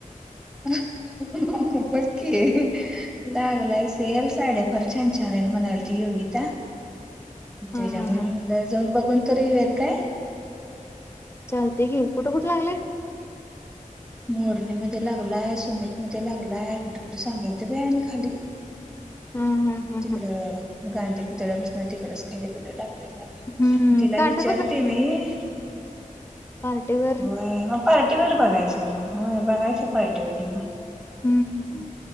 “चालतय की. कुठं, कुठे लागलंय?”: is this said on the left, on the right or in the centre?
Left